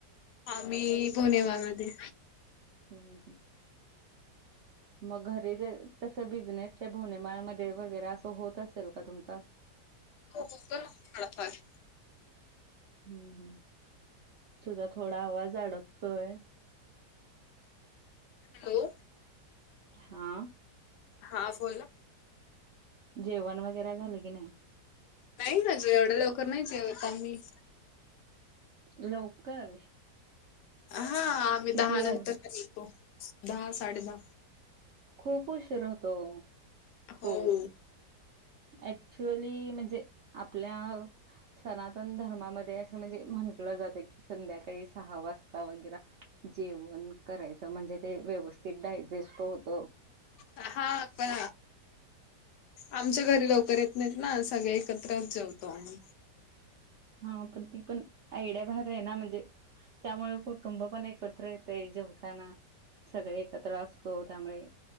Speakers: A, on the left; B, on the right.
A: आ्ही बोनेवा मध्ये.
B: हम्म हम् हम्म. मग घरी तस बिझनेस ते भोनेमाळमध्येध्ये वगैरे असं होत असेल का तुमचा? रिकामाऑडिओ
A: हो होतोय थोडा फार.
B: हम्म हम् तुझा थोडा आवाज अडकतोय. रिकामा ऑडिओ
A: हॅलो.
B: हा.
A: हा बोला.
B: जेवण वगैरे झालं की नाही?
A: नाही ना जो एवढे लवकर नाही जेवत आम्ही.
B: लवकर.
A: हा आम्ही
B: किती
A: दहा
B: वाज
A: नंतर जेवतो दहा साडे दहा.
B: खूप उशीर होतो ओ
A: हो
B: तो. ऍक्च्युअली म्हणजे आपल्या सनातन धर्मामध्ये असं म्हणजे म्हंटलं संध्याकाळी सहा वाजता वैगरा जेवण कराय म्हणजे व्यवथित डायजेस्ट होत
A: हा अ पण आमच्या घरी लवकर येत नाहीत ना सगळे एकत्रच जेवतो आम्ही
B: हा पण ती पण आयड्या बाहेर आहे ना म्हणजे त्यामुळे कुटुंब पण एकत्र येत जेवताना सगळे एकत्र असतो त्यामुळे